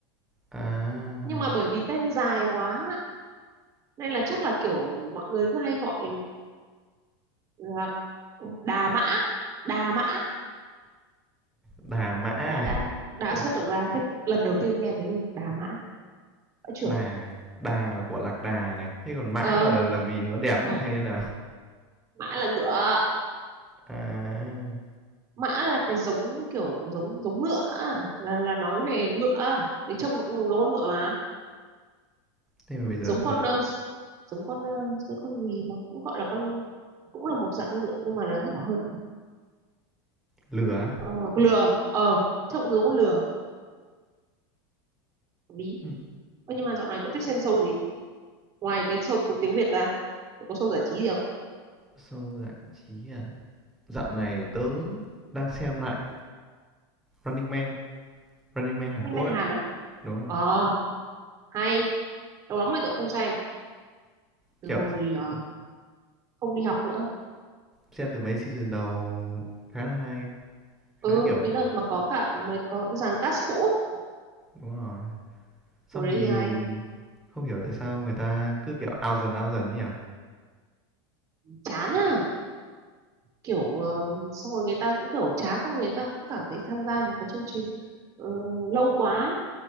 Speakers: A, in the centre; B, on the right.
A: À,
B: nhưng mà bởi vì tên dài quá nên là chắc là kiểu mọi người cứ hay gọi là đà mã đà mã
A: Đà Mã à?
B: đã đã
A: <laughs>
B: đã
A: Tại
B: xuất
A: sao
B: được ra cái lần đầu tiên nghe thấy luôn đà mã mã trưởng
A: Đà Đà là của lạc đà này, thế còn Mã
B: ờ
A: là là vì nó đẹp
B: ừ,
A: à, hay thế nào?
B: mã là ngựa
A: À,
B: mã là cái giống kiểu giống giống ngựa á, là là nói về ngựa á. thì trông nó cũng giống, giống con ngựa mà
A: thế mà bây giờ
B: giống con
A: tớ
B: ờ, giống con ờ, cái con gì mà cũng gọi là con cũng là một dạng ngựa nhưng mà là nhỏ hơn
A: lừa á?
B: ờ, con lừa ờ trông giống con lừa hợp lý
A: Ừm,
B: Ơ, nhưng mà dạo này cậu thích xem show gì ngoài cái show tiếng tiếng Việt ra cậu có show giải trí gì không
A: show giải trí à? Dạo này tớ đang xem lại Running Man, Running Man Hàn
B: anime
A: Quốc á.
B: Hàn á
A: Đúng
B: ờ
A: rồi,
B: hay lâu lắm rồi cậu không xem từ
A: kiểu,
B: hồi ờ, không đi học nữa
A: xem từ mấy season đầu khá là hay, khá,
B: ừ
A: là kiểu
B: cái đợt mà có cả mới có dàn cast cũ á,
A: đúng rồi. Sau
B: hồi đấy
A: thì
B: thì hay
A: không hiểu tại sao người ta cứ kiểu ao dần ao dần ấy nhỉ?
B: chán à kiểu ờ, xong rồi người ta cũng kiểu chán xong người ta cũng cảm thấy tham gia một cái chương trình ờ, lâu quá